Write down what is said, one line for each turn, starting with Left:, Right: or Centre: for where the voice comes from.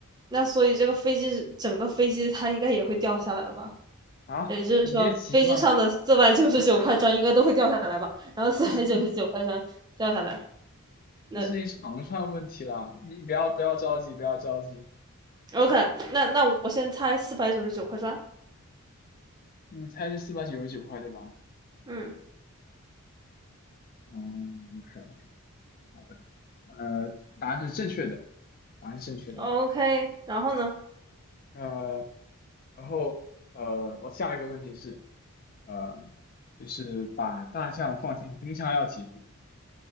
Right: 那所以这个飞机整个飞机它应该也会掉下来吧？
Left: 啊，
Right: 也就是说，
Left: 你别急嘛，
Right: 飞机上的四百九十九块砖应该都会掉下来吧？然后四百九十九块砖掉下来，
Left: 这是一
Right: 那
Left: 这是一长串问题啦，你不要不要着急，不要着急。
Right: OK，那那我先猜四百九十九块砖，
Left: 你猜是四百九十九块，对吧？
Right: 嗯
Left: 嗯，OK 好的，呃，答案是正确的，答案是正确的。
Right: ，OK，然后呢，
Left: 呃，然后呃，我下一个问题是，呃，就是把大象放进冰箱要几步？